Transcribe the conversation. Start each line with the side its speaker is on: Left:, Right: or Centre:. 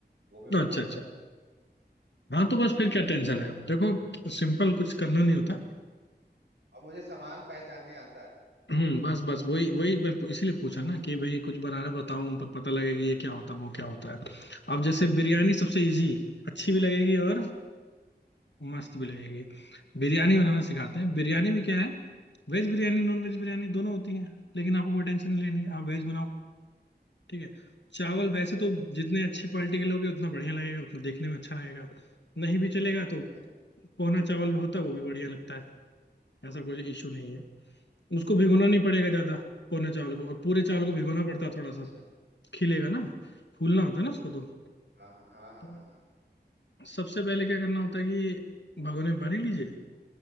Right: वो भी बना
Left: अच्छा
Right: लेता
Left: अच्छा
Right: था
Left: हाँ
Right: हाँ
Left: तो बस फिर क्या टेंशन है देखो सिंपल कुछ करना नहीं होता
Right: और मुझे सामान पहचानने आता है हम्म,
Left: हम्म बस बस वही वही मैं पू- इसीलिए पूछा ना कि भाई कुछ बनाना बताऊं पर पता लगे कि ये क्या होता है वो क्या होता है अब जैसे बिरयानी सबसे इजी अच्छी भी लगेगी और मस्त भी लगेगी बिरयानी बनाना सिखाते
Right: अच्छा
Left: हैं बिरयानी में क्या है veg biryani non veg biryani दोनों होती है लेकिन आपको कोई टेंशन नहीं लेनी आप वेज बनाओ ठीक है चावल वैसे
Right: ठीक है
Left: तो जितने अच्छी क्वालिटी के लोगे उतना बढ़िया लगेगा उतना देखने में अच्छा लगेगा नहीं भी चलेगा तो
Right: ठीक है
Left: पोहना चावल भी होता है वो भी बढ़िया लगता है ऐसा कोई इशू नहीं है उसको भिगोना नहीं पड़ेगा ज्यादा पौने चावल को और पूरे चावल को भिगोना पड़ता है थोड़ा सा
Right: अच्छा
Left: खिलेगा ना फूलना होता है ना उसको तो
Right: हाँ हाँ हाँ हाँ
Left: तो
Right: हाँ हाँ
Left: सबसे पहले क्या करना होता है कि भगोने में पानी लीजिए